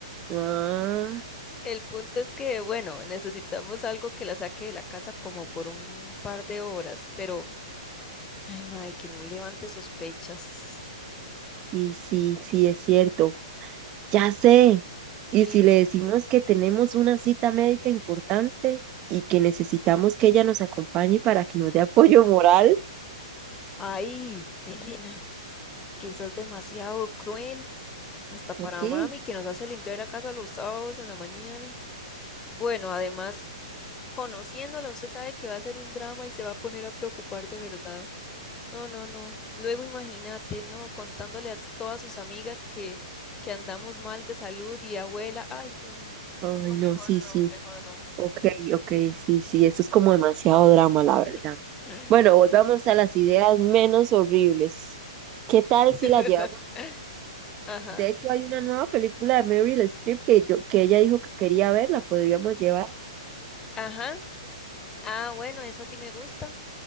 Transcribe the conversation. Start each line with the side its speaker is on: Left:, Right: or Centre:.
Right: Ah,
Left: El punto es que, bueno, necesitamos algo que la saque de la casa como por un par de horas, pero Ay, mae, que no levante sospechas.
Right: sí, sí, sí, es cierto. Ya sé. Y
Left: ¿Qué?
Right: si le decimos que tenemos una cita médica importante y que necesitamos que ella nos acompañe para que nos dé apoyo moral,
Left: Ay, Elena, eso es demasiado cruel, hasta
Right: ¿por
Left: para
Right: qué?
Left: mami que nos hace limpiar la casa los sábados en la mañana. Bueno, además, conociéndola, usted sabe que va a ser un drama y se va a poner a preocupar de verdad. No, no, no. Luego imagínate, no, contándole a todas sus amigas que, que andamos mal de salud y abuela. Ay, Dios, no.
Right: Ay,
Left: No, mejor
Right: no, sí, sí.
Left: no, mejor no.
Right: Ok, ok, sí, sí, esto es como demasiado drama, la
Left: <laughs>
Right: verdad. Bueno, volvamos a las ideas menos horribles. ¿Qué tal
Left: <laughs>
Right: si la llevamos?
Left: Ajá,
Right: De hecho, hay una nueva película de Meryl Streep que yo, que ella dijo que quería ver, la podríamos llevar.
Left: ajá. Ah, bueno, eso sí me gusta.